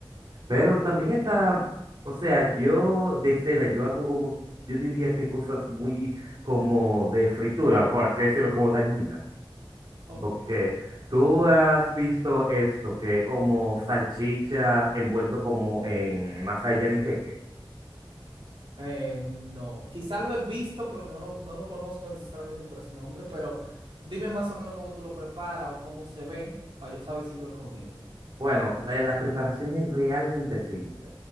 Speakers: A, on the right (about 50°); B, on the right (about 70°).
A: Pero también está, o sea, yo de cena, yo hago como, yo diría que cosas muy como de fritura, por así decirlo, como dañinas.
B: Ok.
A: Porque tú has visto esto, que es como salchicha envuelto como en masa de yaniqueque.
B: Eh, no, quizá lo he visto, pero no lo, no lo conozco necesariamente por ese nombre, pero dime más o menos cómo tú lo preparas o cómo se ve para yo saber si lo he comido.
A: Bueno, la, la preparación es realmente simple.